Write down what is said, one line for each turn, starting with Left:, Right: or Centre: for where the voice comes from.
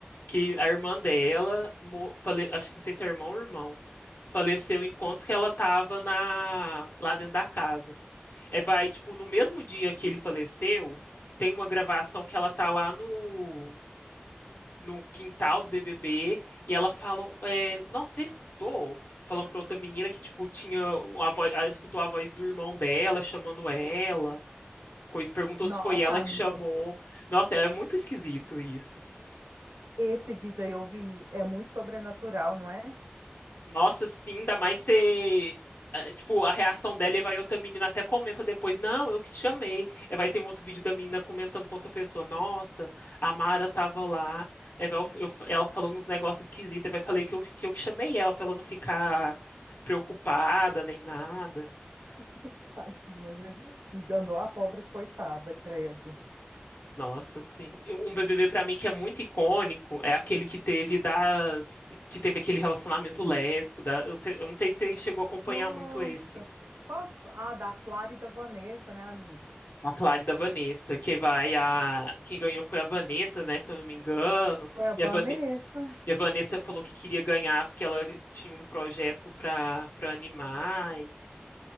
Left: que a irmã dela, mo- fale, acho que não sei se é irmão ou irmão, faleceu enquanto que ela tava na, lá dentro da casa. É, vai, tipo, no mesmo dia que ele faleceu, tem uma gravação que ela tá lá no, no quintal do BBB e ela fala, é, nossa, você escutou? Falando pra outra menina que, tipo, tinha a voz, ela escutou a voz do irmão dela chamando ela coisa, perguntou
Right: Nossa,
Left: se foi ela
Right: amigo,
Left: que chamou. Nossa, é muito esquisito isso.
Right: esse vídeo aí eu vi, é muito sobrenatural, não é?
Left: Nossa, sim, ainda mais ser. ah, Tipo, a reação dela e vai outra menina até comenta depois, não, eu que te chamei. Aí vai ter um outro vídeo da menina comentando com outra pessoa, nossa, a Mara tava lá. Aí vai eu- eu- ela falando uns negócios esquisitos, aí vai falei que eu, que eu que chamei ela pra ela não ficar preocupada nem nada.
Right: <laughs> Tadinha, gente. Enganou a pobre coitada, credo.
Left: Nossa, sim. Eu- Um BBB pra mim que é muito icônico é aquele que teve das que teve aquele relacionamento lésbico da eu, sei- eu não sei se você chegou a acompanhar
Right: Nossa,
Left: muito esse.
Right: qual que foi? Ah, da Clara e da Vanessa, né, amigo?
Left: A Clara e da Vanessa, que vai a quem ganhou foi a Vanessa, né, se eu não me engano.
Right: Foi a
Left: E
Right: Vanessa?
Left: a, Vane... e a Vanessa falou que queria ganhar porque ela tinha um projeto para para animais.